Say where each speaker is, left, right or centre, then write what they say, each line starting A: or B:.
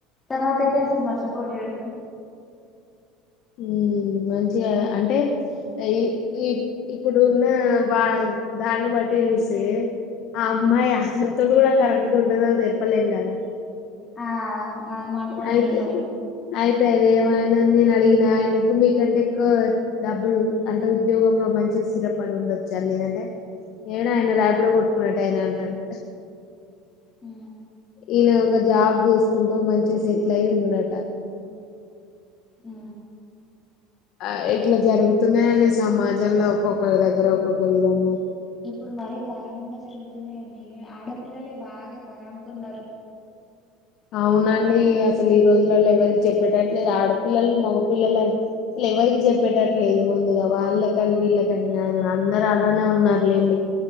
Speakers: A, on the left; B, on the left.
A: తర్వాత అయితే అసల్ మర్చిపోలేడు.
B: ఊ మంచిగా అంటే ఈ ఈ ఇప్పుడున్నా వా దాన్ని బట్టి. చూస్తే ఆ అమ్మాయి అతన్తోటి గూడా కరెక్ట్గ ఉంటదో అది చెప్పలేం గదా.
A: ఆ అది మాట కూడా
B: అయితే
A: నిజమే
B: అయితే అది ఏమ ఆయన్ నేను అడిగినా ఆయనకు మీకంటే ఎక్కువ డబ్బులు అంటే ఉద్యోగం లో మంచి స్థిరపడ డుండొచ్చు అని నేనంటే ఏడా ఆయనా
A: ఉమ్
B: రాపిడో కొట్టుకునేటాయనా అంటాడు.
A: ఊ
B: ఈయన ఒక జాబ్ చేసుకుంటూ మంచిగ సెట్లై ఉన్నడటా.
A: ఊ
B: ఆ ఇట్లా జరుగుతున్నాయండి సమాజంలో ఒక్కొక్కరి దగ్గర ఒక్కొక్క విధము.
A: ఇప్పుడు మరీ దారుణంగా జరుగుతున్నాయండీ ఆడపిల్లలే బాగా ఖరాబ్ గున్నరు.
B: అవునండీ అసల్ ఈ రోజులల్ల ఎవరికి చెప్పేటట్లేదు ఆడపిల్లల్ మగపిల్లలని అసల్ ఎవర్ రికీ చెప్పేటట్లేదు ముందుగా వాళ్ళక్ కాని వీళ్ళక్ గాని గాదు అందరు అలానే ఉన్నారులేండి.